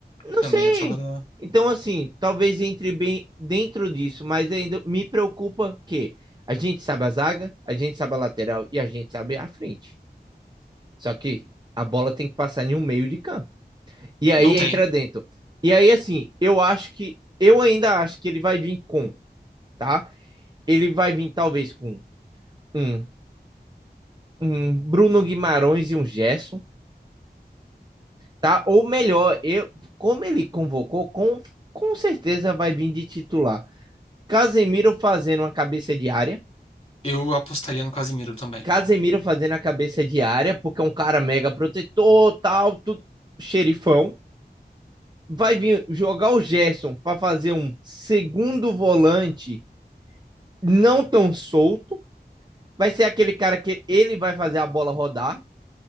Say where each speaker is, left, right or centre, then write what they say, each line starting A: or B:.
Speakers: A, on the right (about 25°); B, on the left (about 30°).
A: Não
B: também
A: sei.
B: é trovador.
A: Então, assim, talvez entre bem dentro disso, mas ainda me preocupa que a gente sabe a zaga, a gente sabe a lateral e a gente sabe a frente. Só que a bola tem que passar em um meio de campo. E aí
B: Não tem.
A: entra dentro. E aí, assim, eu acho que. Eu ainda acho que ele vai vir com, tá? Ele vai vir talvez com um um Bruno Guimarães e um Gerson, tá? Ou melhor, eu, como ele convocou, com, com certeza vai vir de titular. Casemiro fazendo uma cabeça de área,
B: Eu apostaria no Casimiro também.
A: Casemiro fazendo a cabeça de área, porque é um cara mega protetor, tal, tudo, xerifão. Vai vir jogar o Gerson para fazer um segundo volante não tão solto. Vai ser aquele cara que ele vai fazer a bola rodar